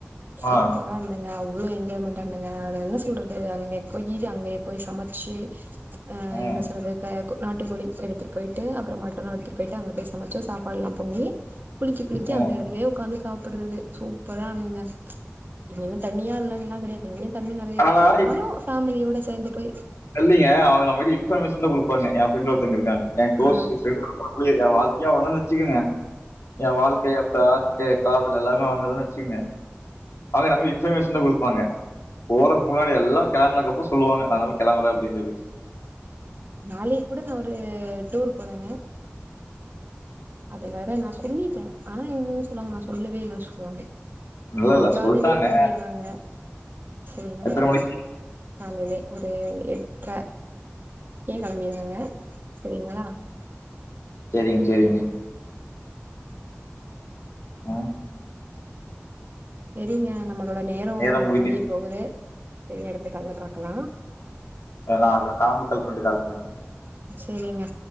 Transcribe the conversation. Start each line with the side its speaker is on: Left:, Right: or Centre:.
Right: சூப்பரா
Left: ஆ,
Right: இருந்தங்க அவ்ளோ என்ஜாய்மென் ன்னங்க அத என்ன சொல்றது அங்கே போயி அங்கயே போயி சமைச்சு ஆ
Left: ம்,
Right: என்ன சொல்றது க நாட்டு கோழி எடுத்துட் போய்ட்டு அப்புற மட்டனு போய்ட்டு அங்க போய் சமைச்சு சாப்பாடெலா பொங்கி குளிக்க குளிக்க
Left: ம்.
Right: அந்த எடத்துலயே உக்காந்து சாப்படறது சூப்பரா இருந்துங்க இங்கென்ன தண்ணியா இல்லன்ல்லா கெடையாது தண்ணி நெறைய
Left: அதல்லா
Right: இருக்கு
Left: <inaudible>
Right: ஆனாலு ஃபேமிலியோட சேந்து போய்
Left: இல்லிங்க அவங்கள மாரி இன்பர்மேஷன் தா குடுப்பாங்க எ ஃப்ரண்ட் ஒருத்தங்க இருக்காங்க என் க்ளோஸ்
Right: ஆ
Left: ஃப்ர <inaudible> எ வாழ் எ ஒரு நாள் வச்சுக்குங்க எ வாழ்க்கை எ தார்க்கு காதல் எல்லாமே அவுங்கதான் வச்சுக்குங்க அங்க நம்ம இன்ஃபர்மேஷன் தா குடுப்பாங்க போறக் முன்னாடி எல்லா கெளம்புனதுக்கப்புற சொல்லுவாங்க நாங்களா கெளம்பறே அப்டின் சொல்லிட்
Right: நாளைக் கூட நா ஒரு டூர் போறங்க அத வேற நா சொல்லிட்டே ஆனா என்னனு சொல்லுவாங்க நா சொல்லவே இல்லன் சொல்வாங்க
Left: இல்ல,
Right: நாளைக்
Left: இல்ல
Right: காலைலயே
Left: சொல்ட்டாங்க.
Right: கிளம்பிருவங்க சரிங்ளா
Left: எத்தன மணிக்கு?
Right: காலைலே ஒரு எட்ற கே கெளம்பிருவங்க சரிங்களா
Left: செரிங்க சேரிங்க ம்.
Right: செரிங்க நம்மளோட நேரோ
Left: நேரம் முடிந்து
Right: முடிய போகுது செரிங் அடுத்த கால்ல பாக்கலா
Left: நா அதுல காம்பு கால் பண்ணிட்டு கால் பண்ணுங்க
Right: செரிங்க